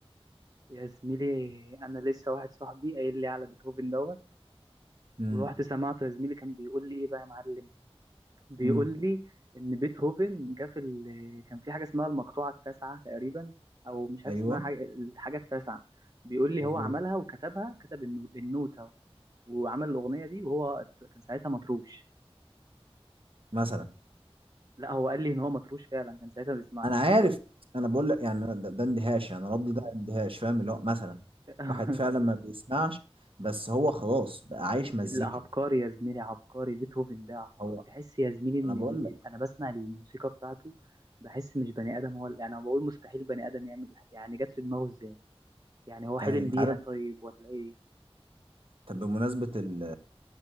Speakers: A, on the right (about 40°); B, on the right (about 60°).
A: يا زميلي انا لسه واحد صاحبي قايل لي على بيتهوفن دوت
B: امم
A: ورحت سمعته يا زميلي كان بيقول لي ايه بقى يا معلم بيقول
B: امم
A: لي ان بيتهوفن جه في ال... كان في حاجه اسمها المقطوعه التاسعه تقريبا او مش عارف
B: ايوه
A: اسمها حاجه الحاجه التاسعه بيقول لي
B: مظبوط
A: هو عملها وكتبها كتب النو- النوتة وعمل الاغنيه دي وهو ات- كان ساعتها مطروش
B: مثلا
A: لا هو قال لي ان هو مطروش فعلا كان ساعتها ما بيسمعش
B: انا عارف انا بقول لك يعني ده, ده اندهاش يعني ردي ده اندهاش فاهم اللي هو مثلا
A: <laughs>
B: واحد فعلا ما بيسمعش بس هو خلاص بقى عايش مزيكا
A: لا عبقري يا زميلي عبقري بيتهوفن ده عبقري
B: هو
A: تحس يا زميلي ان
B: انا بقول
A: ال...
B: لك
A: ال- انا بسمع الموسيقى بتاعته بحس مش بني ادم هو اللي- انا بقول مستحيل بني ادم يعمل الح- يعني جت في دماغه ازاي يعني هو حلم
B: انت أنت
A: بيها
B: عارف
A: طيب ولا ايه
B: طب بمناسبة ال-